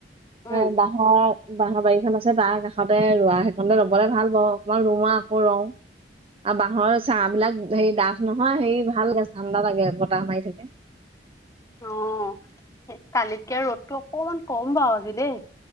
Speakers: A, on the left (about 15°); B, on the right (about 30°).
A: উম।
B: এ বাঁহৰ বাঁহ বাৰিখন আছে ছে তাৰ কাষতে ৰোৱা সেইখনলে লবলে ভাল পাও অকমান ৰুও আও আকৌ ৰও। আৰু বাঁহৰ চাহ বিলাক হেৰি ডাঠ নহয় হেৰি ভাল লাগে ঠাণ্ডা লাগে বতাহ মাৰি থাকে। <inaudible>
A: অ সে কালিতকে ৰ'দটো অকমান কম বাও আজি দেই।